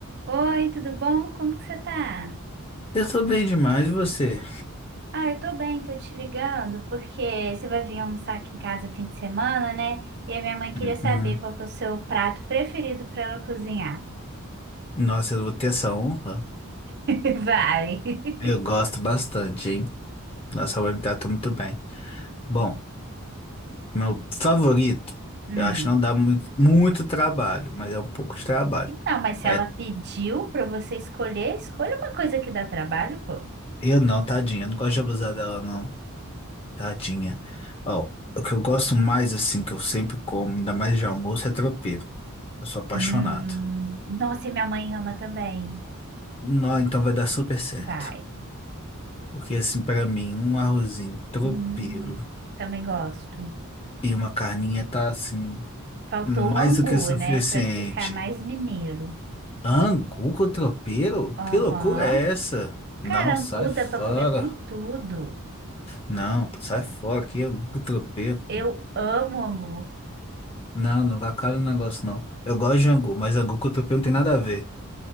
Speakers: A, on the right (about 50°); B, on the left (about 25°).
A: Oi, tudo bom? Como que você tá?
B: Eu tô bem demais, e você?
A: Ah, eu tô bem, tô te ligando porque você vai vir almoçar aqui em casa fim de semana, né? E a minha mãe queria
B: Uhum.
A: saber qual que é o seu prato preferido pra ela cozinhar.
B: Nossa, eu vou ter essa honra.
A: <laughs> Vai.
B: Eu gosto bastante, hein? Nossa, vai me tratou muito bem. Bom, meu favorito,
A: Hum.
B: eu acho que não dá muito, muito trabalho, mas é um pouco de trabalho.
A: Não, mas se
B: É,
A: ela pediu pra você escolher, escolha uma coisa que dá trabalho, pô.
B: eu não, tadinha, eu não gosto de abusar dela, não. Tadinha. Ó, o que eu gosto mais, assim, que eu sempre como, ainda mais de almoço, é tropeiro. Eu sou apaixonado.
A: Hum. Nossa, e minha mãe ama também.
B: Não, então vai dar super certo.
A: Vai.
B: Porque, assim, pra mim, um arrozinho, tropeiro.
A: Hum. Também gosto. Gosto.
B: E uma carninha tá assim,
A: Faltou
B: mais
A: o angu,
B: do que suficiente.
A: né? Pra ficar mais mineiro.
B: Angu com tropeiro?
A: Aham.
B: Que loucura é essa? Não,
A: Cara,
B: sai
A: angu
B: fora.
A: dá pra comer com tudo.
B: Não, sai fora. Que angu com tropeiro?
A: Eu amo angu.
B: Não, não vacalha o negócio, não. Eu gosto de angu, mas angu com tropeiro não tem nada a ver.